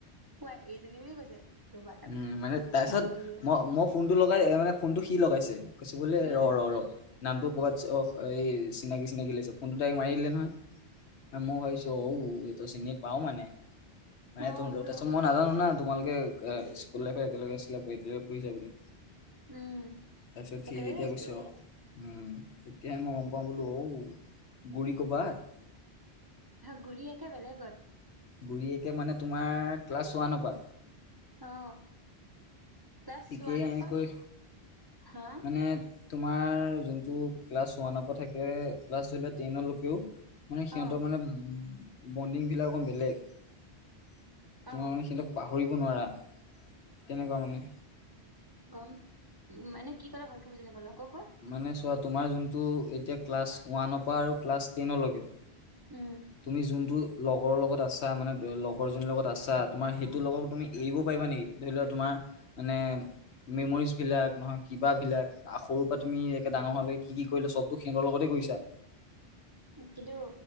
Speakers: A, on the right; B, on the left.
A: পুৱাই এইজনী বুলি কৈছে। ৰবা তাক
B: উম মানে তাইছত-
A: ভালকে দি আছো
B: মই মই ফোনটো লগাই মানে ফোনটো সি লগাইছে কৈছে বোলে
A: উম
B: ৰ ৰ ৰ। নামটো ক'ৰবাত অ এই চিনাকি চিনাকি লাগিছে ফোনতটো ডাইৰেক্ট মাৰি দিলে নহয়। মই ভাবিছো অঔ এইটো চিনি পাও মানে মানে
A: অ
B: তহঁত
A: মোৰ
B: তাৰছত
A: লগৰে
B: মই নাজানো
A: হয়
B: না তোমালোকে স্কুল লাইফ একেলগে আছিলা, একেলগে পঢ়িছা বুলি
A: উম
B: তাৰপিছত সি
A: একেলগে
B: যেতিয়া
A: আছিলো
B: কৈছে ‌অ উম তেতিয়াহে মই গম পাওঁ বোলো ঔ গুৰি ক'ৰবাত।
A: ঘুৰিয়াকে বেলেগত।
B: গুৰিয়েকে মানে তোমাৰ ক্লাছ ওৱানৰ পা।
A: অ ক্লাছ
B: ঠিকেই
A: ওৱান
B: এনেকৈ
A: পা হা-
B: মানে তোমাৰ যোনটো ক্লাছ ওৱানত। ক থাকে ক্লাছ ধৰিলোৱা টেইনৰ লৈকেও মানে সিহঁতৰ
A: অ
B: মানে- বণ্ডিং বিলাক অকণ বেলেগ তোমাৰ
A: অ
B: মানে সিহঁতক পাহৰিব নোৱাৰা তেনেকুৱা মানে।
A: গম মানে কি কলা ভালকে বুজি নাপালো আকৌ কোৱা
B: মানে চোৱাত তোমাৰ যোনটো এতিয়া ক্লাছ ওৱানৰ পৰা আৰু ক্লাছ টেনৰলৈকে।
A: উম
B: তুমি যোনটো লগৰৰ লগত আছা মানে লগৰজনীৰ লগত আছা তোমাৰ সেইটোৰ লগত তুমি এৰিব পাৰিবা নেকি। ধৰি লোৱা তোমাৰ মানে মেমৰিজবিলাক নহয়। কিবাবিলাক সৰুৰ পৰা তুমি একে ডাঙৰ হ'লে কি কি কৰিলা চবতো সিহঁতৰ লগতে কৰিছা।
A: কিন্তু